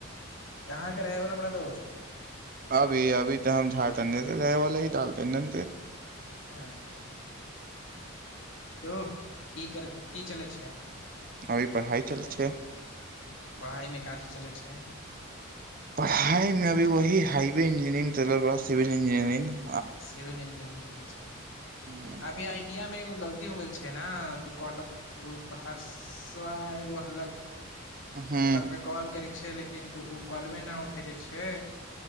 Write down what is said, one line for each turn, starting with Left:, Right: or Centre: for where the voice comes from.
Left: कहाँके रहै वला पड़ा दोस्त
Right: अभी अभी तऽ हम झाड़ त नहि रहै वालला ही ालते ने
Left: अच्छा तोह की कर की चलै छै
Right: अभी पढ़ाइ चलै छिय
Left: पढ़ाइमे का चीज चलै छै
Right: पढ़ाई मे अभी वही हाइ इंजीयरिंग तर बाद सिबिल इंजियरिंग
Left: सिविल इंजीनियरिंग चलै छै
Right: हूं
Left: अभी आइडिया मे एगो गलती हो गेल छै ने त हर्सवा एगो हल
Right: हूं
Left: ओकर पे कॉल कर छै लेकिन तऽ ओ कलबे नहि उठेले छै